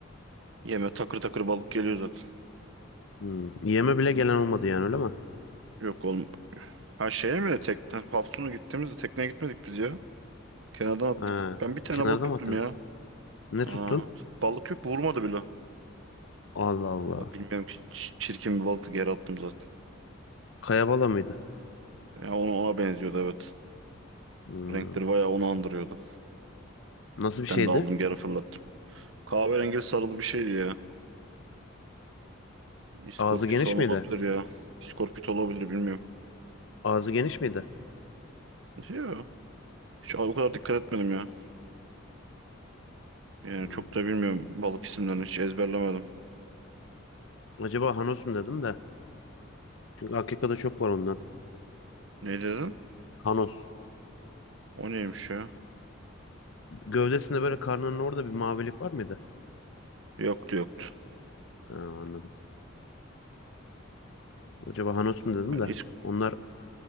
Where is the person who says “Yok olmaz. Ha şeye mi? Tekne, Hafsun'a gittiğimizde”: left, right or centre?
Right